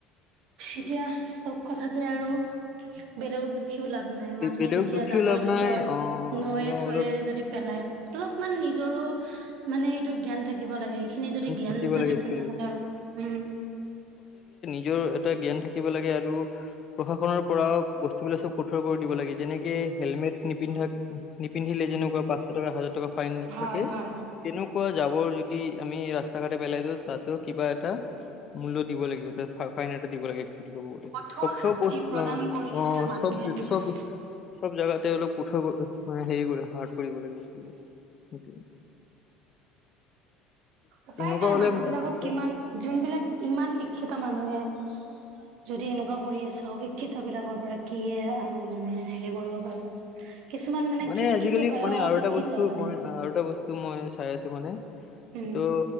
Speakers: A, on the right; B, on the left.
A: এতিয়া চব কথাতে আৰু বেলেগক দুখ সিও লাভ নাই মানুহে
B: বেলেগক
A: যেতিয়া
B: দুখিও
A: জাবৰ
B: লাভ
A: জোথৰ
B: নাই অ
A: নয়ে
B: আমিও
A: ছয়ে
B: অলপ
A: যদি পেলায় অলপমান নিজৰো মানে সেইটো জ্ঞান থাকি থাকিব লাগে এইখিনি যদি জ্ঞান
B: থাকিব
A: নাথাকে
B: লাগে একচুৱেলি
A: তেনেহলে আৰু উম।
B: হ'লেও এটা জ্ঞান থাকিব লাগে আৰু প্ৰশাসনৰ পৰা বস্তুবিলাক চব কঠোৰ কৰি দিব লাগে, যেনেকে হেলমেট নিপিন্ধাকে নিপিন্ধিলে যেনেকুৱা পাঁচশ টকা হাজাৰ টকা ফাইন
A: হয়
B: থাকে
A: হয়
B: তেনেকুৱা জাবৰ যদি আমি ৰাস্তা ঘাটে পেলাই দিওঁ, তাতো কিবা এটা মূল্য দিব লাগিব, ফাইন এটা দিব লাগে। এৰ্ক্সচোৱেলী ক'ব গ'লে,
A: কঠোৰ
B: চব চব
A: শাস্তি
B: অহ বস্তু
A: প্ৰদান কৰিলেহে
B: অহ
A: মানুহে
B: চব
A: বুজিব
B: চব চব জাগাতে‌ অলপ কঠোৰ অহ হেৰি <unintelligible> হাৰ্ট কৰিব লাগিব বস্তুবিলাক সেইটোৱে।
A: উপায়
B: এনেকুৱা
A: নাই
B: হ'লে
A: মানুহ বিলাকত
B: উপায়
A: কিমান
B: নাই।
A: যোনবিলাক ইমান শিক্ষিত মানুহে যদি এনেকুৱা কৰি আছ শিক্ষিতৰ বিলাকৰ পৰা কি আৰু মানে হেৰি কৰিব পাৰো। কিছুমান
B: মানে
A: শিক্ষিত
B: আজিকালি
A: হয়
B: মানে আৰু
A: অশিক্ষিত
B: এটা বস্তু
A: মানে
B: মই আৰু এটা বস্তু মই চাই আছো মানে
A: উম
B: ত'